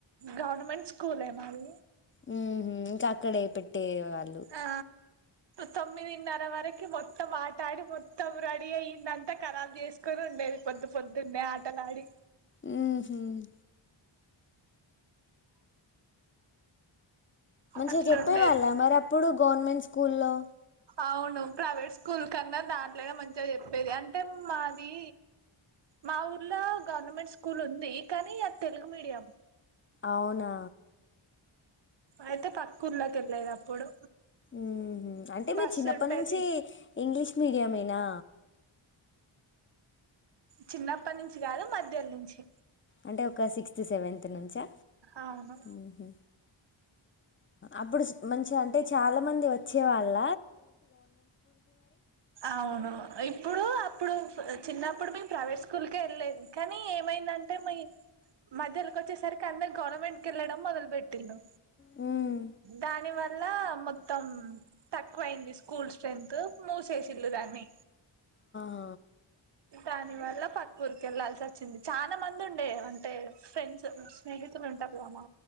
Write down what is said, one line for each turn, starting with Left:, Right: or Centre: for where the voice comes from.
Right: గవర్నమెంట్ స్కూలే మాది
Left: ఉ ఇంకా అక్కడే పెట్టే వాళ్ళు
Right: ఆ తొమ్మిదిన్నర వరకు మొత్తం ఆట ఆడి మొత్తం రెడీ అయ్యిదంత ఖరాబ్ చేసుకొని ఉండేది అంత పొద్దున్నే ఆటలాడి
Left: ఉమ్ ఉమ్ మంచిగా
Right: అట్లా
Left: చెప్పే
Right: ఉండేది
Left: వాళ్ళ మరి అప్పుడు గవర్నమెంట్ స్కూల్లో
Right: అవును ప్రైవేట్ స్కూల్ కన్నా దాంట్లోనే మంచిగా చెప్పేది అంటే మాది మా ఊర్లో గవర్నమెంట్ స్కూల్ ఉంది కానీ అద్ తెలుగు మీడియం
Left: అవునా
Right: అయితే పక్కకూర్లకెళ్లేది అప్పుడు
Left: మ్ హు అంటే మీరు
Right: బస్సు
Left: చిన్నపటినుండి
Right: ఉండేది
Left: ఇంగ్లీష్ మీడియమేనా
Right: చిన్నప్పట్నుంచి గాదు మధ్యల్నుంచి
Left: అంటే ఒక సిక్స్త్ స్త్ సెవెంత్ నుంచా
Right: అవును
Left: ఓహో అప్పుడు సిక్ మంచిగా అంటే చాలా మంది వచ్చే వాళ్ళ
Right: అవును ఇప్పుడు అప్ ఇప్పుడు చిన్నప్పుడు మేం ప్రైవేట్ స్కూల్కే ఏళ్లేదు కానీ ఏమైందంటే మీ మధ్యల్కొచ్చేసరికి అందరు గవర్నమెంట్ కెళ్ళడం మొదలబెట్టిరు
Left: హ్మ్.
Right: దాని వల్ల మొత్తం తక్కువైంది స్కూ స్కూల్ స్ట్రెంత్ ముషీషిరు దాన్ని
Left: ఆ
Right: దాని వల్ల పక్కూర్ కెళ్లాల్సి వొచ్చింది చానా మందుండే అంటే ఫ్రెండ్స్ స్నేహిత్ <unintelligible> మా